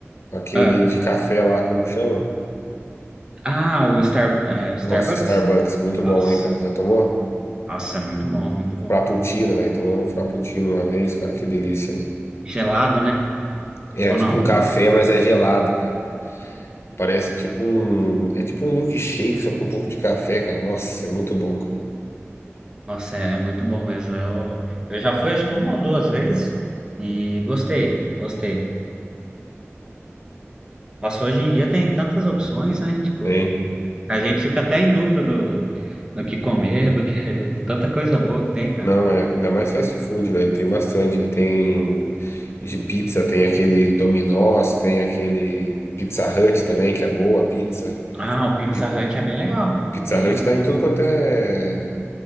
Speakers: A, on the left; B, on the right.
A: Aquele
B: ah,
A: de café lá, como que chama?
B: ah, o Star, é, Starbucks?
A: Nossa, Starbucks, muito bom,
B: Nossa,
A: hein, cara? Já tomou?
B: nossa, é muito bom, muito bom.
A: Frappuccino, velho. Tomou um frappuccino uma vez, cara, que delícia, velho.
B: Gelado, né?
A: É
B: Ou
A: tipo
B: não?
A: um café, mas é gelado, cara. Parece tipo um. É tipo um milkshake, só com um pouco de café, cara. Nossa, é muito bom. cara.
B: Nossa, é muito bom mesmo. Eu, eu já fui acho que uma ou duas vezes e gostei, gostei. Nossa, hoje em dia tem tantas opções, né? Tipo,
A: Tem.
B: a gente fica até em dúvida do, do que comer, do que de tanta coisa boa que tem, cara.
A: Não, é. Ainda mais fast food, velho. Tem bastante, velho. Tem de pizza, tem aquele Domino's, tem aquele Pizza Hut também, que é boa, pizza.
B: Ah, o Pizza
A: Pi-
B: Hut é bem legal.
A: Pizza
B: Bem,
A: Hut tá em tudo quanto é.